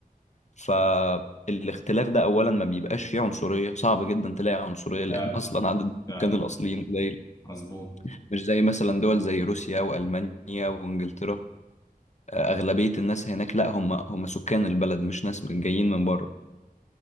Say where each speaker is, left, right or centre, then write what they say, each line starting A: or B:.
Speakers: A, on the left; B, on the left.
A: فالاختلاف ده اولا ما بيبقاش فيه عنصريه صعب جدا تلاقي عنصريه لان
B: فعلا
A: <laughs> اصلا عدد
B: فعلا
A: السكان الاصليين قليل
B: مظبوط
A: مش زي مثلا دول زي روسيا والمانيا وانجلترا آه، اغلبيه الناس هناك لا هم هم سكان البلد مش ناس جايين من بره